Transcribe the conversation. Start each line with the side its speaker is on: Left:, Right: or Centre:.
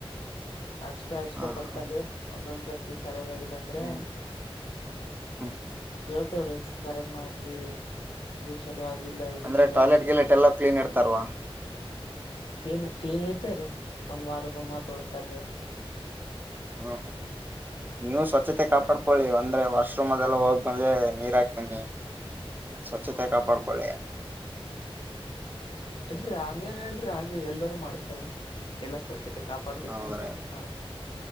Left: ಅಷ್ಟೇ ಅಷ್ಟೇ
Right: ಹ
Left: ಕೊಡ್ತಾರೀ
Right: ಹ್ಮ್
Left: ಒಂದೊಂದ್ಸರ್ತಿ ಸರಿಯಾಗಿಗಿಲ್ಲ ಅಂದ್ರೆ
Right: ಹ್ಮ್
Left: <unintelligible>
Right: ಹ್ಮ್
Left: ತವ್ರಿ ಸರಿಯಾಗ್ ಮಾಡ್ರಿ ಇದು ಚಲೋ ಆಗಲ್ಲ ಇದು
Right: ಅಂದ್ರೆ
Left: ಚಲೋ
Right: ಟಾಯ್ಲೆಟ್
Left: ಆಗಲ್ಲ
Right: ಗಿಲೆಟ್
Left: ಅಂತ ಕೇಳ್ತರು
Right: ಎಲ್ಲಾ ಕ್ಲೀನ್ ಇರ್ತಾರವಾ
Left: ಕ್ಲೀನ್ ಕ್ಲೀನ್ ಇರ್ತರೆ ಒಂದ್ ವಾರ ಗೊಮ್ಮ ತೊಳಿತಾರ
Right: ಹಾ ಹಾ ನೀವು ಸ್ವಚ್ತೆ ಕಾಪಾಡ್ಕೊಳ್ಳಿ ಅಂದ್ರೆ ವಾಶ್ರೂಮ್ ಅದೆಲ್ಲ ಹೋಗ್ ಬಂದ್ರೆ ನೀರ್ ಹಾಕ್ ಬನ್ನಿ ಸ್ವಚ್ಛತೆ ಕಾಪಾಡಿಕೊಳ್ಳಿ
Left: ಇಲ್ರರಿ ಹಂಗೇನ ಹೇಳಲ್ರಿ ಹಾಗೆ ಎಲ್ಲರೂ ಮಾಡ್ತಾರ ಎಲ್ಲಾ ಸ್ವಚ್ಛತೆ ಕಾಪಾಡ್ಬೇಕಂತ
Right: ಹೌದ್ರೀ
Left: ಮಾಡ್ತಾರ